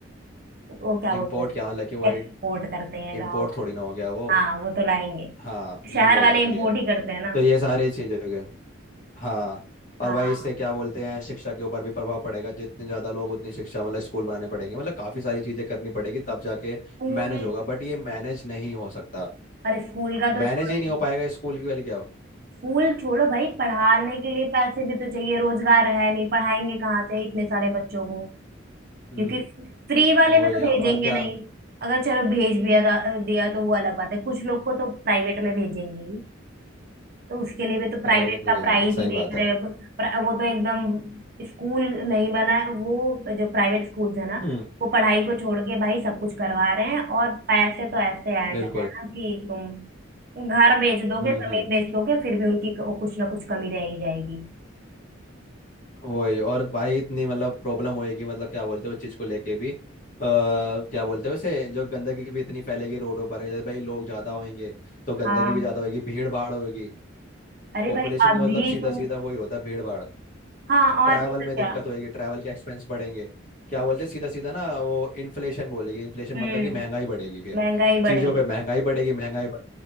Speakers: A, on the right; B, on the left.
A: वो क्या बोलते
B: इम्पोर्ट
A: हैं
B: क्या मतलब कि वही
A: एक्सपोर्ट करते हैं गाँव
B: इम्पोर्ट
A: वाले
B: थोड़ी ना हो गया वो
A: हाँ वो तो लाएंगे
B: हाँ ये
A: शहर
B: बोल
A: वाले
B: सकते
A: इम्पोर्ट
B: हैं
A: ही करते हैं ना
B: तो ये सारी चीजें हो गई हाँ और
A: हाँ
B: भाई इससे क्या बोलते हैं शिक्षा के ऊपर भी प्रभाव पड़ेगा जितने ज्यादा लोग उतनी शिक्षा मतलब स्कूल बनाने पड़ेंगे मतलब काफी सारी चीजें करनी पड़ेगी तब जाके
A: स्कूल
B: मैनेज होगा बट ये मैनेज नहीं हो सकता
A: और स्कूल का तो
B: मैनेज
A: छोड़ो
B: ही नहीं हो पाएगा स्कूल की वाली क्या हो।
A: स्कूल छोड़ो भाई पढ़ाने के लिए पैसे भी तो चाहिए रोजगार है नहीं पढ़ाएंगे कहाँ से इतने सारे बच्चों को
B: हम्म
A: क्योंकि फ्री वाले
B: वही
A: में तो
B: है
A: भेजेंगे
B: और क्या
A: नहीं अगर चलो भेज भी दिया दिया तो वो अलग बात है कुछ लोग को तो प्राइवेट में भेजेंगे ही तो उसके लिए भी तो प्राइवेट
B: प्राइवेट में
A: का
B: भेजेंगे
A: प्राइस ही
B: सही
A: देख
B: बात है
A: रहे हो प्र- वो तो एकदम स्कूल नहीं बना है। वो जो प्राइवेट स्कूल्स है ना
B: हम्म
A: वो पढ़ाई को छोड़ के भाई सब कुछ करवा रहे हैं और पैसे तो ऐसे ऐड
B: बिल्कुल
A: है ना कि तुम घर बेच दोगे
B: हम्म
A: जमीन
B: हम्म
A: बेच दोगे फिर भी उनकी क- कुछ ना कुछ कमी रह ही जाएगी
B: वही और भाई इतनी मतलब प्रॉब्लम होएगी मतलब क्या बोलते हो उस चीज को लेके भी आ, क्या बोलते हो उसे जो गंदगी भी इतनी फैलेगी रोडों पर जैसे भाई लोग ज्यादा होंगे तो गंदगी
A: हाँ
B: भी ज्यादा होगी भीड़ भाड़ होगी
A: अरे
B: पॉपुलेशन
A: भाई अभी
B: का मतलब सीधा
A: तुम
B: सीधा वही होता है भीड़ भाड़
A: हाँ और
B: ट्रैवल
A: नहीं
B: में
A: तो क्या
B: दिक्कत होएगी ट्रैवल के एक्सपेंस बढ़ेंगे क्या बोलते हैं सीधा सीधा ना वो इन्फ्लेशन बोलेगी इन्फ्लेशन मतलब
A: हम्म
B: कि महंगाई बढ़ेगी फिर
A: महंगाई
B: चीज़ों
A: बढ़ेगी
B: पे महंगाई बढ़ेगी महंगाई बढ़